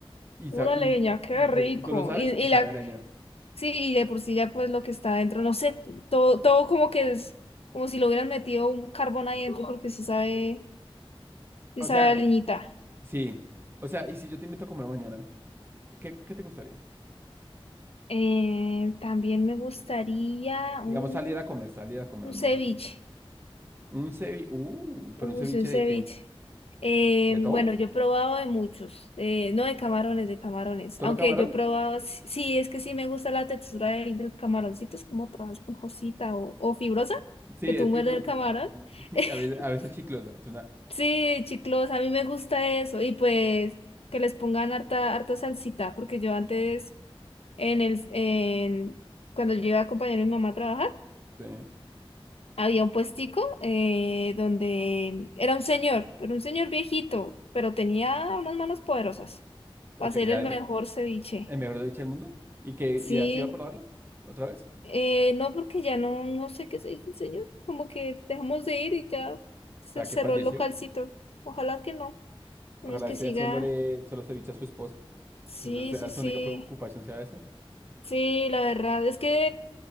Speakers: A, on the right; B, on the left.
A: Y,
B: Pura
A: sa- y,
B: leña, qué
A: y tú,
B: rico.
A: y tú lo sabes
B: Y, y
A: y sabe
B: la,
A: a leña.
B: sí, y de por sí ya pues lo que está adentro, no sé, todo, todo como que es, como si lo hubieran metido un carbón ahí adentro, porque sí sabe, sí
A: O
B: sabe
A: sea,
B: a leñita.
A: sí. O sea, y si yo te invito a comer mañana, ¿qué, qué te gustaría?
B: Eh, también me gustaría
A: Digamos,
B: un,
A: salir a comer, salir a comer,
B: un ceviche.
A: ¿no? Un ceviche, uh, pero
B: Uy,
A: un ceviche
B: un ceviche.
A: de qué?
B: Eh,
A: ¿De todo?
B: bueno, yo he probado de muchos, eh, no de camarones, de camarones.
A: ¿Solo
B: Aunque
A: camarón?
B: yo he probado, sí, sí, es que sí me gusta la textura del, del camaroncito, es como toda esponjosita o, o fibrosa,
A: Sí,
B: que tú
A: es fibrosa
B: muerdes el camarón.
A: y, <laughs>
B: <laughs>
A: y a veces, a veces chiclosa. Es una,
B: Sí, chiclos, a mí me gusta eso. Y pues que les pongan harta, harta salsita, porque yo antes, en el, en, cuando yo iba a acompañar a mi mamá a trabajar,
A: sí,
B: había un puestico eh, donde era un señor, pero un señor viejito, pero tenía unas manos poderosas para
A: porque
B: hacer
A: sea
B: el
A: el,
B: mejor
A: me-
B: ceviche.
A: el mejor ceviche del mundo y que
B: Sí,
A: y así va a probarlo otra vez.
B: eh, no porque ya no, no sé qué se dice el señor, como que dejamos de ir y ya se
A: O sea,
B: cerró
A: que falleció.
B: el localcito. Ojalá que no, uno
A: Ojalá
B: es que
A: esté
B: siga.
A: haciéndole solo ceviche a su esposa.
B: Sí,
A: Es la sea-
B: sí,
A: su
B: sí,
A: única preocupación sea eso.
B: sí, la verdad es que